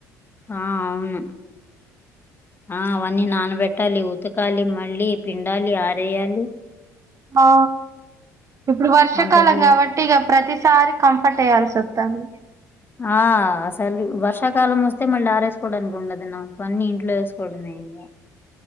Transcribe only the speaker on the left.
ఆ అవును ఆ అవన్నీ నానబెట్టాలి ఉతకాలి మళ్ళీ పిండాలి ఆరేయాలి
అంతసేపు
ఆ అసలు వర్షాకాలం వస్తే మళ్ళీ ఆరేసుకోవడానికి ఉండదు నాకు అన్ని ఇంట్లో వేసుకోవడమే ఇంకా